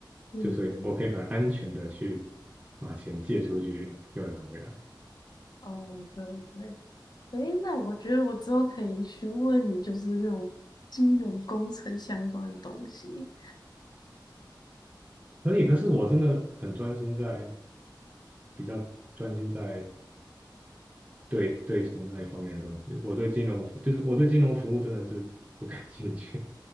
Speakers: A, on the left; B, on the right.
A: 嗯。
B: 就是我可以很安全的去把钱借出去又拿回来。
A: 哦，对对，诶，那我觉得我之后可以询问你，就是那种金融工程相关的东西。
B: 可以，可是我真的很专心在比较专心在对对从那一方面的东西。我对金融服，就是我对金融服务真的是不感兴趣。